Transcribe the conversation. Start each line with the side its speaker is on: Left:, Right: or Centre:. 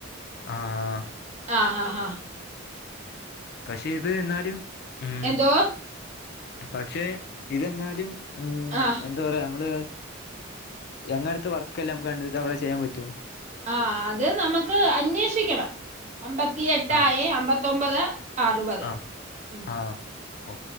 Left: ആഹ
Right: ആഹാ ഹാ
Left: പക്ഷെ ഇത് എന്നാലും ഉം
Right: എന്തോ
Left: പക്ഷെ ഇതെന്നാലും ഉം
Right: ആഹ
Left: എന്താ പറയാ നമ്മള്് എങ്ങനത്തെ വർക്ക്ല്ലാം നമുക്ക് കണ്ടിട്ട് അവിടെ ചെയ്യാൻ പറ്റും
Right: ആ അത് നമുക്ക് അന്വേഷിക്കണം അമ്പത്തി എട്ടായി
Left: ആഹ്
Right: അമ്പത്തൊമ്പത് അറുപത്
Left: ആഹ്
Right: ഉം
Left: ആഹ്